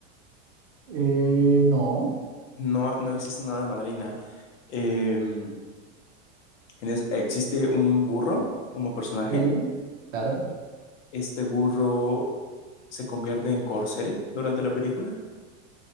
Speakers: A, on the right (about 40°); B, on the left (about 60°).
A: eh, no,
B: No, no existe una hada madrina. Eh, en es- existe un burro como personaje.
A: sí, claro,
B: Este burro se convierte en corcel durante la película.